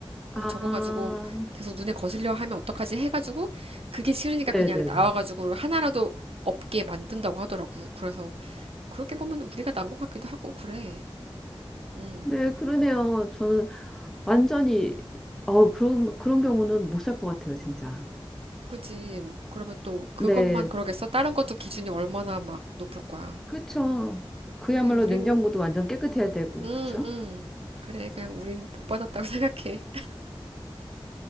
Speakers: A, in the centre; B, on the right.
A: 아,
B: 어, 저거 가지고 계속 눈에 거슬려 하면 어떡하지 해가지고 그게 싫으니까
A: 네네네.
B: 그냥 나와가지고 하나라도 없게 만든다고 하더라고. 그래서 그렇게 보면 우리가 난 것 같기도 하고 그래. 음.
A: 네, 그러네요. 저는 완전히, 어, 그런, 그런 경우는 못 살 것 같아요, 진짜.
B: 그지. 그러면 또 그것만
A: 네,
B: 그러겠어? 다른 것도 기준이 얼마나 막 높을 거야.
A: 그쵸. 그야말로
B: 그래, 우리는,
A: 냉장고도 완전 깨끗해야 되고,
B: 응,
A: 그쵸?
B: 응. 그래, 그냥 우린 복 받았다고 <laughs> 생각해.